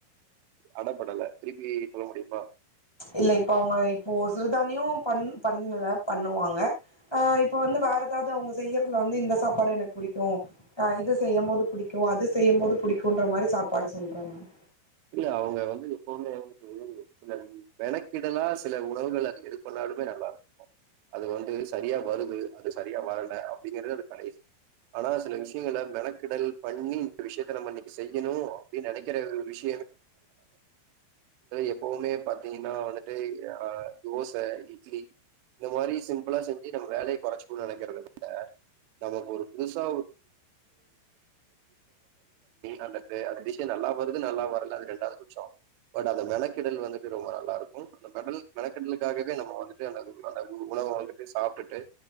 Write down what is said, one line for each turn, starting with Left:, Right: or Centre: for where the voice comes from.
Right: அடப்படலை திருப்பி சொல்ல முடியுமா
Centre: இல்ல இப்ப அவங்க இப்போ சிறுதானியும் பண் பண்ணல பண்ணுவாங்க ஆஹ் இப்ப வந்து வேற ஏதாவது அவங்க செய்யறதுல வந்து இந்த சாப்பாடு எனக்கு பிடிக்கும்ஹ் இது செய்யும் போது பிடிக்கும் அது செய்யும்போது புிடிக்குமுன்ற மாதிரி சாப்பாடு சொல்றேன் நான்
Right: இல்ல அவங்க வந்து எப்வுமே வந்துட்டு சில மெனக்கிடலா சில உணவுகள் அது எடுப்பனாலுமே நல்லா இருக்கும் அது வந்து சரியா வருது அது சரியா வரல அப்டிங்கிறது அது கடைசது ஆனா சில விஷயங்கள மெனக்கிடல் பண்ணி இந்த விஷயத்த நம்ம இன்னைக்கி செய்யணும் அப்டின்னு நினைக்கிற விஷயம் <inaudible> எப்வுமே பா்த்தீங்கன்னா வந்துட்டு தோசை இட்லி இந்த மாதிரி சிம்பிளா செஞ்சலை குறைச்ச நினைக்க நக்கு ஒரு புதுசா ஒருடிந்த நல்லா வருது நல்ல ரெண்டாவது பட்சம் பட் அந்த மெக்கிடல் வந்து ரொம்ப நல்லா இருக்கும் அந்தக்கலு நம்ம வந்து அ அந்த ஒரு உணவு வந்துட்டு சாப்பி விட்டுட்டு